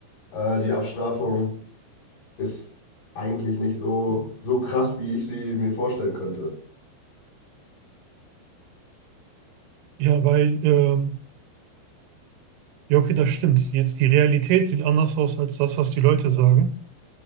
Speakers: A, on the left (about 45°); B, on the right (about 85°).
A: äh, die Abstrafung ist eigentlich nicht so, so krass, wie ich sie mir vorstellen könnte.
B: ja, weil, ähm, ja, okay, das stimmt. Jetzt die Realität sieht anders aus als das, was die Leute sagen.